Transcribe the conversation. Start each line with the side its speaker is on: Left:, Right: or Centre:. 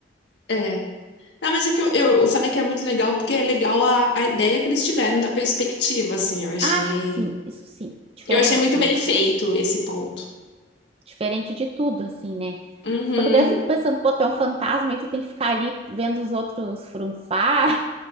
Left: é. Não, mas é que eu, eu eu falei que é muito legal porque é legal a, a ideia que eles tiveram da perspectiva, assim. Eu achei.
Right: Ah, sim, isso sim. Diferente,
Left: Eu achei muito bem
Right: né?
Left: feito esse ponto.
Right: Diferente de tudo, assim, né?
Left: Uhum.
Right: Só que daí eu fico pensando, pô, tu é um fantasma e tu tem que ficar ali vendo os outros frunfar.